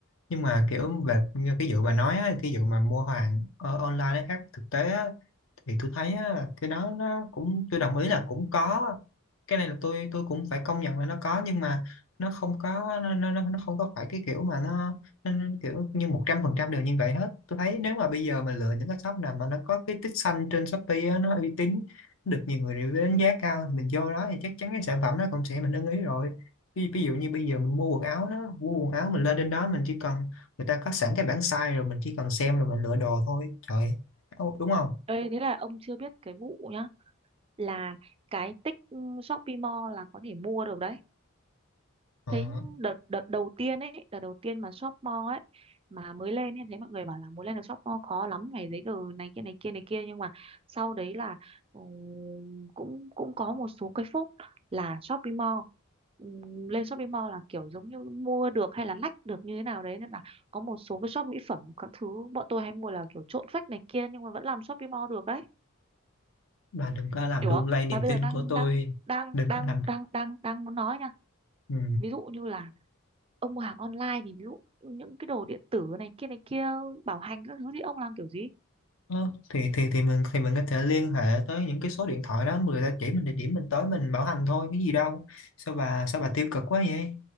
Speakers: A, on the left; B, on the right.
A: nhưng mà kiểu về như cái vụ bà nói á, cái vụ mà mua hàng ờ, online nó khác thực tế á, thì tôi thấy á, cái đó nó cũng tôi đồng ý là cũng có cái này là tôi tôi cũng phải công nhận là nó có nhưng mà nó không có nó nó, nó nó không có phải cái kiểu mà nó, nó, nó kiểu như một trăm phần trăm đều như vậy hết tôi thấy nếu mà bây giờ mà lựa những cái shop nào mà nó có cái tích xanh trên Shopee á, nó uy tín nó được nhiều người review đánh giá cao thì mình vô đó thì chắc chắn cái sản phẩm nó cũng sẽ mình ưng ý rồi ví, ví dụ như bây giờ mình mua quần áo đó mua quần áo mình lên trên đó mình chỉ cần người ta có sẵn cái bảng size rồi mình chỉ cần xem rồi mình lựa đồ thôi trời ơi, đúng không
B: Ê, thế là ông chưa biết cái vụ nhá là cái tích ừ, Shopee Mall là có thể mua được đấy
A: Ờ.
B: thấy đợt đợt đầu tiên ấy đợt đầu tiên mà shop mall ấy mà mới lên ấy thấy mọi người bảo là muốn lên được shop mall khó lắm phải giấy tờ này kia này kia này kia nhưng mà sau đấy là ừm, cũng cũng có một số cái phúc là Shopee Mall Ừm, lên Shopee Mall là kiểu giống như mua được hay là lách được như thế nào đấy nên là có một số cái shop mỹ phẩm các thứ bọn tôi hay mua là kiểu trộn phách này kia nhưng mà vẫn làm Shopee Mall được đấy
A: Bạn đừng có làm
B: hiểu
A: lung
B: không
A: lay niềm
B: mà bây
A: tin
B: giờ đang
A: của tôi
B: đang đang
A: đừng
B: đang
A: có làm
B: đang đang đang muốn nói nha
A: ừ.
B: ví dụ như là ông hàng online thì ví dụ những cái đồ điện tử này kia này kia bảo hành các thứ thì ông làm kiểu gì
A: Ờ, thì thì thì mình thì mình có thể liên hệ tới những cái số điện thoại đó người ta chỉ mình địa điểm mình tới mình bảo hành thôi cái gì đâu sao bà sao bà tiêu cực quá vậy